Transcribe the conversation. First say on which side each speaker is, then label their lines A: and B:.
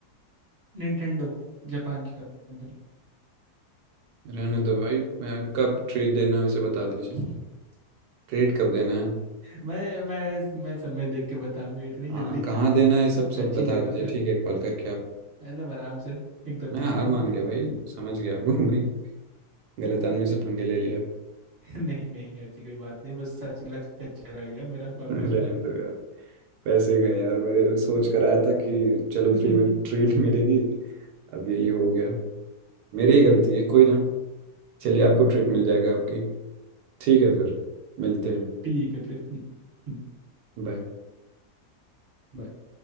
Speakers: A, on the right; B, on the right.
A: निंटेंडो जापान की कंपनी
B: रहने दो भाई मैं कब ट्रीट देना है उसे बता दीजिए
A: <laughs>
B: ट्रीट कब देना है
A: मैं मैं मैं समय देख के बताऊंगा इतनी
B: हाँ
A: जल्दी क्या
B: कहाँ
A: है
B: देना है सब
A: अच्छी
B: सब बता
A: जगह
B: दीजिए
A: पे
B: ठीक है कॉल करके आप
A: एकदम आराम से एकदम
B: मैं
A: एकदम
B: हार
A: एकदम
B: मान गया भाई समझ गया आपको भाई गलत आदमी से पंगे ले लिया
A: <laughs> नहीं नहीं ऐसी कोई बात नहीं बस सच लग कच्चा रह गया मेरा
B: <laughs>
A: और
B: रहने
A: कुछ नहीं
B: दो यार पैसे गए यार मेरे मैं सोच कर आया था कि चलो
A: <laughs>
B: फ्री में ट्रीट मिलेगी अब यही हो गया मेरी ही गलती है कोई ना चलिए आपको ट्रीट मिल जाएगा आपकी ठीक है फिर मिलते हैं
A: ठीक है फिर हम्म, हम्म।
B: झाल झाल
A: बाय